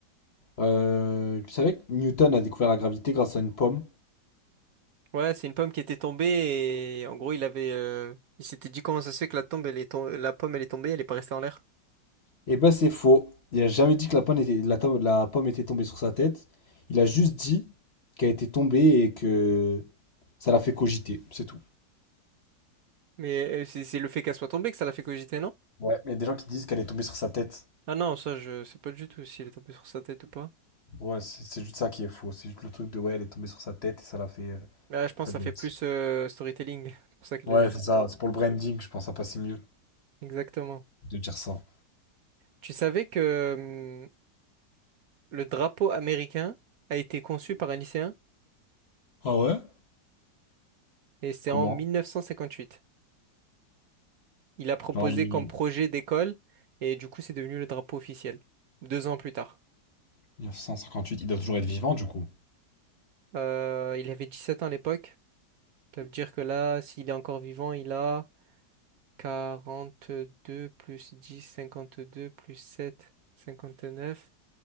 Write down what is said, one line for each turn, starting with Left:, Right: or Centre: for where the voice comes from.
Left: Euh, tu savais que Newton a découvert la gravité grâce à une pomme?
Right: Ouais, c'est une pomme qui était tombée et en gros, il avait, euh, il s'était dit comment ça se fait que la tombe, elle est tom- la pomme, elle est tombée, elle est pas restée en l'air.
Left: Eh ben c'est faux. Il a jamais dit que la pomme était, la, to- la pomme était tombée sur sa tête. Il a juste dit qu'elle était tombée et que ça l'a fait cogiter. C'est tout.
Right: Mais euh, c'est c'est le fait qu'elle soit tombée que ça l'a fait cogiter, non?
Left: Ouais, mais il y a des gens qui disent qu'elle est tombée sur sa tête.
Right: Ah non, ça, je sais pas du tout s'il est tombé sur sa tête ou pas.
Left: Ouais, c'est c'est juste ça qui est faux. C'est juste le truc de ouais, elle est tombée sur sa tête et ça l'a fait. euh,
Right: Là, je pense
Left: ça
Right: que
Left: lui
Right: ça fait
Left: a dit.
Right: plus euh, storytelling. <laughs> C'est pour ça que
Left: Ouais,
Right: là, je-
Left: c'est ça. C'est pour le branding, je pense, ça passait mieux
Right: Exactement.
Left: de dire ça.
Right: Tu savais que hum, le drapeau américain a été conçu par un lycéen
Left: Ah ouais?
Right: et c'était
Left: Comment?
Right: en 1958. il a proposé
Left: Genre, il...
Right: comme projet d'école et du coup c'est devenu le drapeau officiel, deux ans plus tard.
Left: 1958, il doit toujours être vivant, du coup.
Right: Euh, il avait 17 ans à l'époque, ça veut dire que là, s'il est encore vivant, il a quarante deux plus dix cinquante deux plus sept cinquante neuf